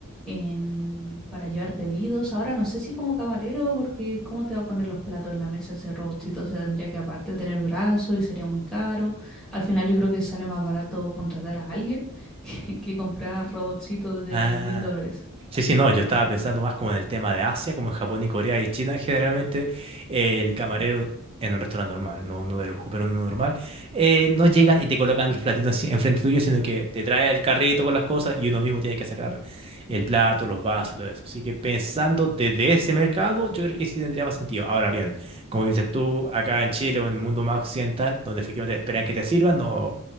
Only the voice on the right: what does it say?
Ah,
Sí, sí, no, yo estaba pensando más como en el tema de Asia, como en Japón y Corea y China, generalmente eh, el camarero en un restaurante normal, no uno de lujo, pero en uno normal, eh, no llegan y te colocan los platitos así enfrente tuyo, sino que te trae el carrito con las cosas y uno mismo tiene que sacar el plato, los vasos y todo eso. Así que pensando desde ese mercado, yo creo que sí tendría más sentido. Ahora bien, como dices tú, acá en Chile o en el mundo más occidental, donde efectivamente esperan que te sirvan, no,